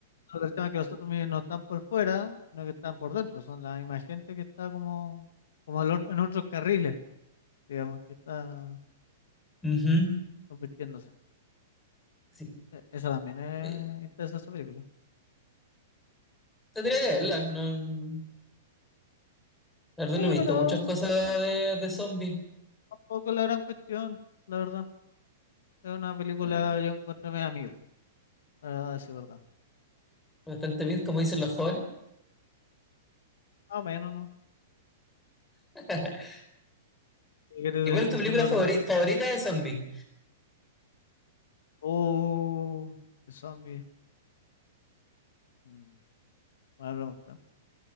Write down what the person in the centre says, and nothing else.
Ujú.
Sí.
Eh,
Tendría que verla. No, la verdad
no he visto
muchas cosas
de, de zombies.
Mm,
Bastante bien, como dicen los jóvenes.
<laughs>
¿Y cuál es tu
película favori-
favorita de zombies?